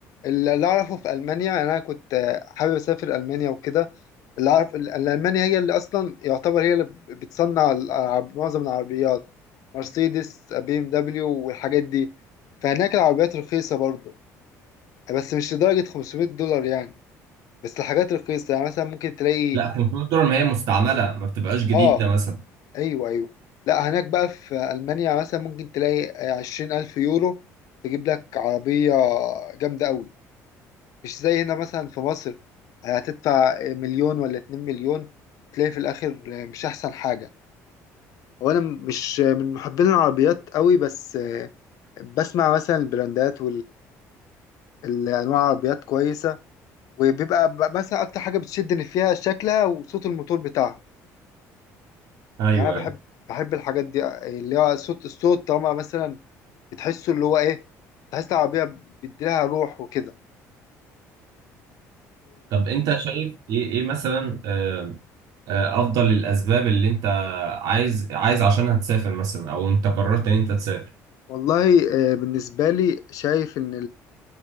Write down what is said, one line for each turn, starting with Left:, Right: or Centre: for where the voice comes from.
Left: اللي اعرفه في المانيا يعني انا كنت آه، حابب اسافر المانيا وكده اللي اعرف ال- ال- المانيا هي اللي اصلا يعتبر هي اللي ب- بتصنع العرب- معظم العربيات مرسيدس بي ام دبليو والحاجات دي فهناك العربيات رخيصه برضه بس مش لدرجه 500 دولار يعني بس الحاجات رخيصه يعني مثلا ممكن تلاقي
Right: لا 500 دولار ما هي مستعمله ما بتبقاش جديده
Left: اه
Right: مثلا
Left: ايوه ايوه لا هناك بقى في المانيا مثلا ممكن تلاقي عشرين الف يورو تجيب لك عربيه جامده قوي مش زي هنا مثلا في مصر آه، هتدفع مليون ولا اتنين مليون وتلاقي في الآخر آه، مش أحسن حاجة هو أنا مش من محبين العربيات قوي بس آه، بسمع مثلا البراندات والأنواع العربيات كويسة وبيبقى ب- مثلا أكتر حاجة بتشدني فيها شكلها وصوت الموتور بتاعها
Right: ايوه
Left: يعني أنا بحب
Right: ايوه
Left: بحب الحاجات دي اللي هو صوت الصوت طالما مثلا بتحسه اللي هو إيه تحس العربية بيديلها روح وكده
Right: طب انت شايف ايه ايه مثلا آه، آه، افضل الاسباب اللي انت عايز عايز عشانها تسافر مثلا او انت قررت ان انت تسافر
Left: والله آه، بالنسبة لي شايف إن